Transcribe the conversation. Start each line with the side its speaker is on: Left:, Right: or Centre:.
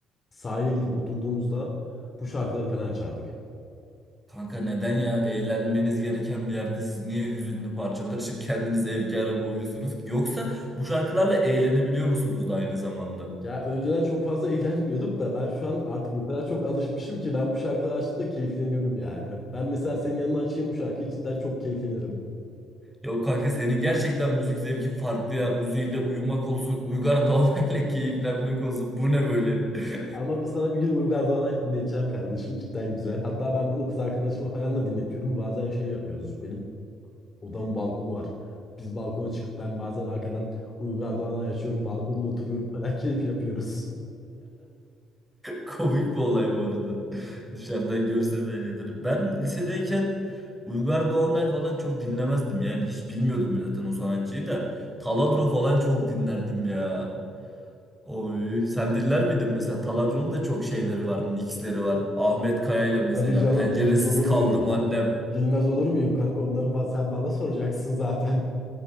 Left: sahile gidip oturduğumuzda bu şarkıları falan açardık.
Centre: Kanka neden ya eğlenmeniz gereken bir yerde siz niye hüzünlü parçalar açıp kendinizi efkara boğuyorsunuz ki? Yoksa bu şarkılarla eğlenebiliyor musunuz da aynı zamanda?
Left: Ya önceden çok fazla <laughs> eğlenmiyorduk da ben şu an artık o kadar çok alışmışım ki ben bu şarkıları açtığımda keyifleniyorum yani. Ben mesela senin yanına açayım bu şarkıyı cidden çok keyiflenirim.
Centre: Yok kanka senin gerçekten müzik zevkin farklı ya. Uzi ile uyumak olsun, Uygar Doğanay'la <laughs> keyiflenmek olsun. Bu ne böyle? <laughs>
Left: Ama bir- sana bir gün Uygar Doğan'a dinleteceğim kardeşim cidden güzel. Hatta ben bunu kız arkadaşıma falan da dinletiyorum. Bazen şey yapıyoruz. Benim odamın balkonu var. Biz balkona çıkıp ben bazen arkadan Uygar Doğan'a açıyorum. Balkonda oturuyorum falan <laughs> keyif yapıyoruz.
Centre: Komik bir olay bu arada. <laughs> Dışarıdan görsem eğlenirim. Ben lisedeyken Uygar Doğanlar falan çok dinlemezdim. Yani hiç bilmiyordum bile zaten o sanatçıyı da. Taladro falan çok dinlerdim ya. Oy, sen dinler miydin mesela? Taladron'un da çok şeyleri var, mixleri var. Ahmet Kaya'yla mesela
Left: Tabii canım
Centre: Penceresiz
Left: bilmez olur
Centre: Kaldım
Left: muyum?
Centre: Annem.
Left: Bilmez olur muyum kanka onları ba- sen bana soracaksın zaten.